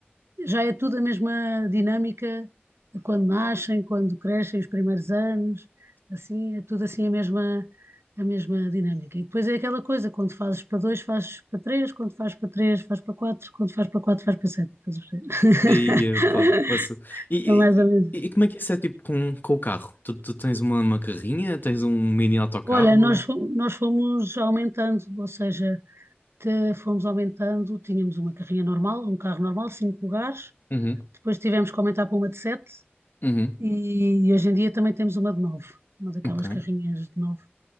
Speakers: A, on the right (about 90°); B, on the left (about 50°).
A: já é tudo a mesma dinâmica de quando nascem, quando crescem, os primeiros anos, assim, é tudo assim a mesma, a mesma dinâmica. E depois é aquela coisa, quando fazes para dois, fazes para três, quando fazes para três, fazes para quatro, quando fazes para quatro, fazes para sete. Estás a perceber?
B: Eia, pá. poça.
A: <laughs>
B: E,
A: É mais ou menos
B: e- e como é que isso é tipo com, com o carro? Tu, tu tens uma, uma carrinha? Tens um mini autocarro?
A: Olha, nós, fo- nós fomos aumentando, ou seja, te- fomos aumentando, tínhamos uma carrinha normal, um carro normal, cinco lugares,
B: Uhum.
A: depois tivemos que aumentar para uma de sete
B: Uhum.
A: e, e hoje em dia também temos uma de nove, uma daquelas
B: Ok.
A: carrinhas de nove,